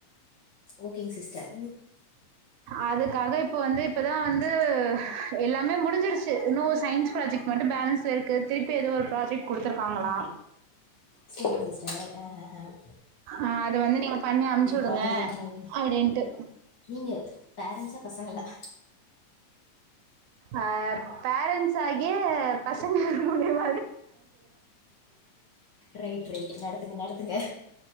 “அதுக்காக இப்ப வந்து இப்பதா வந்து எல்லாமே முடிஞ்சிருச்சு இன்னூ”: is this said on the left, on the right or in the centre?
Right